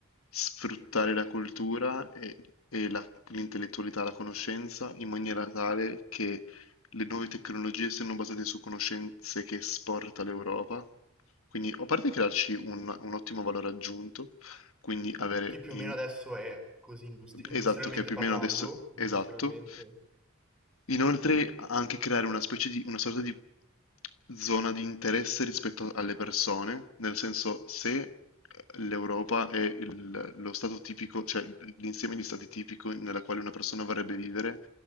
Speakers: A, on the left; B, in the centre.
A: sfruttare la cultura e, e la- l'intellettualità, la conoscenza, in maniera tale che le nuove tecnologie siano basate su conoscenze che esporta l'Europa. Quindi, a parte crearci un un ottimo valore aggiunto, quindi avere
B: Che più
A: in-
B: o meno adesso è così industri- industrialmente
A: Esatto, che è più
B: parlando,
A: o meno adesso esatto.
B: industrialmente...
A: Inoltre anche creare una specie di, una sorta di zona di interesse rispetto alle persone, nel senso se l'Europa è il- lo stato tipico, cioè l'insieme di stati tipico nella quale una persona vorrebbe vivere,